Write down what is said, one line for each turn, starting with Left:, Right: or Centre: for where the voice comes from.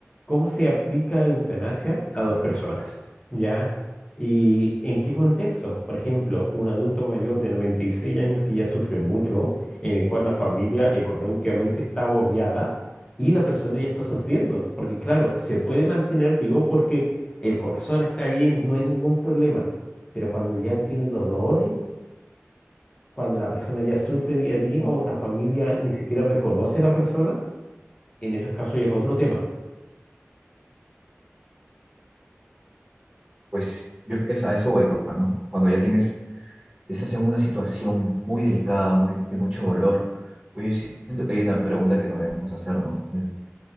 Left: cómo se aplica eutanasia a dos personas, ¿ya? ¿Y en qué contexto? Por ejemplo, un adulto mayor de 96 años que ya sufre mucho, en el cual la familia económicamente está agobiada y la persona ya está sufriendo, porque claro, se puede mantener vivo porque el corazón está bien, no hay ningún problema, pero cuando ya tiene dolores cuando la persona ya sufre día a día o la familia ni siquiera reconoce a la persona, en esos casos ya es otro tema.
Right: Pues yo es- a eso voy, pues, ¿no? Cuando ya tienes, estás en una situación muy delicada, muy, de mucho dolor, pues yo siento que hay una pregunta que nos debemos hacer, ¿no? Es